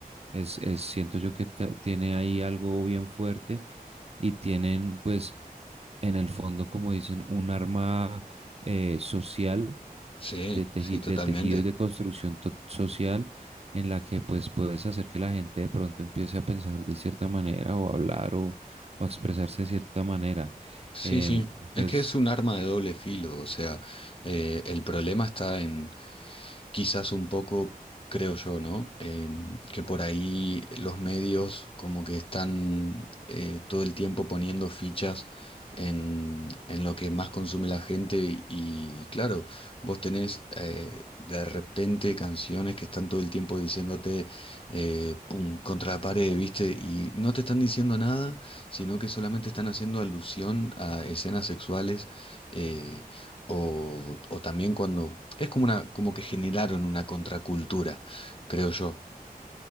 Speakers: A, on the right (about 40°); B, on the left (about 35°).
A: es, es- siento yo que ta- tiene ahí algo bien fuerte y tienen, pues, en el fondo, como dicen, un arma eh, social
B: sí,
A: de, teji-
B: sí, totalmente.
A: de tejido y de construcción to- social en la que, pues, puedes hacer que la gente de pronto empiece a pensar de cierta manera o a hablar o, o a expresarse de cierta manera.
B: Sí,
A: Em,
B: sí.
A: entonces,
B: Es que es un arma de doble filo, o sea, eh, el problema está en quizás un poco, creo yo, ¿no? Em, que por ahí los medios como que están eh, todo el tiempo poniendo fichas en, en lo que más consume la gente y claro, vos tenés eh, de repente canciones que están todo el tiempo diciéndote eh, pum, contra la pared, ¿viste? Y no te están diciendo nada, sino que solamente están haciendo alusión a escenas sexuales. eh, o, o también cuando es como una, como que generaron una contracultura, creo yo.